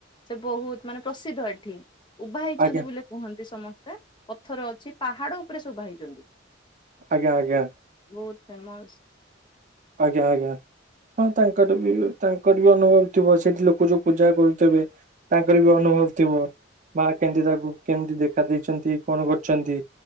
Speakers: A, on the left (about 25°); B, on the right (about 40°).
A: ସେ ବହୁତ ମାନେ ପ୍ରସିଦ୍ଧ ଏଠି। ଉଭା ହେଇଛନ୍ତି
B: ଆଜ୍ଞା
A: ବୋଲି କୁହନ୍ତି ସମସ୍ତେ, ପଥର ଅଛି ପାହାଡ ଉପରେ ଶୋଭା ହେଇଛନ୍ତି।
B: ଆଜ୍ଞା, ଆଜ୍ଞା।
A: ବହୁତ ଫେମସ୍
B: ଆଜ୍ଞା, ଆଜ୍ଞା। ହଁ ତାଙ୍କର ବି ତାଙ୍କର ବି ଅନୁଭବ ଥିବ, ସେଇଠି ଲୋକ ଯୋଉ ପୂଜା କରୁଥିବେ। ତାଙ୍କର ବି ଅନୁଭବ ଥିବ, ମା କେମିତି ତାକୁ କେମିତି ଦେଖା ଦେଇଛନ୍ତି କଣ କରିଛନ୍ତି।